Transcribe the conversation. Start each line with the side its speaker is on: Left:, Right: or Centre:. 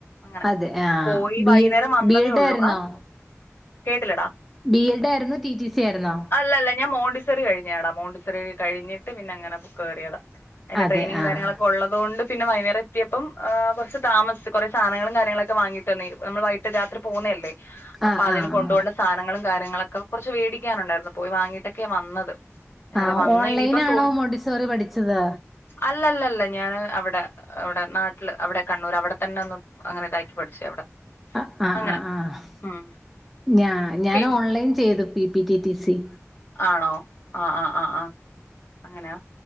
Left: അങ്ങനെ
Centre: അതെ ആഹ്
Left: പോയി
Centre: ബി
Left: വൈകുന്നേരം
Centre: എഡ്
Left: വന്നതേ
Centre: ബി എഡ്
Left: ഉള്ളൂ
Centre: ആയിരുന്നോ
Left: ആ കേട്ടില്ലടാ.
Centre: ബി എഡ് ആയിരുന്നോ ടി ടി സി ആയിരുന്നോ?
Left: അല്ലല്ല ഞാൻ മോണ്ടിസറി കഴിടഞടാ മോണ്ടിസറി കഴിഞ്ഞിട്ട് പിന്നെ അങ്ങനെ കയറിയതാ. അതിന്റെ
Centre: അതെ
Left: ടെയിനിങ്ങും
Centre: ആഹ്
Left: കാര്യങ്ങളൊക്കെ ഉള്ളത് കൊണ്ട് പിന്നെ വൈന്നെര അ എത്തിയപ്പം കുറച്ച് താമസിച്ചു കുറെ സാധനങ്ങളും കാര്യങ്ങളൊക്കെ വാങ്ങിട്ട് വന്നേ നമ്മൾ വൈകീട്ട് രാത്രി പോന്നതല്ലേ. അപ്പൊ
Centre: ആഹ്
Left: അതിന്
Centre: ആഹ്
Left: കൊണ്ടു പോണ്ടെ സാധനങ്ങളും കാര്യങ്ങളൊക്കെ കുറച്ച് വേടിക്കാനുണ്ടായിരുന്നു പോയി വാങ്ങിയിട്ടൊക്കെ വന്നത്. നേരെ
Centre: ആഹ്
Left: വന്ന
Centre: ഓൺലൈനാണോ
Left: ഇനിയിപ്പം തുണി
Centre: മോണ്ടിസോറി പഠിച്ചത്
Left: അല്ലല്ല അല്ല ഞാന് അവിടെ. അവിടെ നാട്ടില് അവിടെ കണ്ണൂർ അവിടെ തന്നെ ഒന്ന് അങ്ങനെ ഇതാക്കി പഠിച്ചു അവിടെ
Centre: ആഹ് ആഹ്
Left: അങ്ങനെ
Centre: ആഹ് ആഹ്
Left: ഉം
Centre: ഞാ ഞാൻ
Left: പിൻ
Centre: ഓൺലൈൻ ചെയ്ത് പിന്നെ പി ടി ടി സി
Left: ആണോ ആ ആ ആ അങ്ങനാ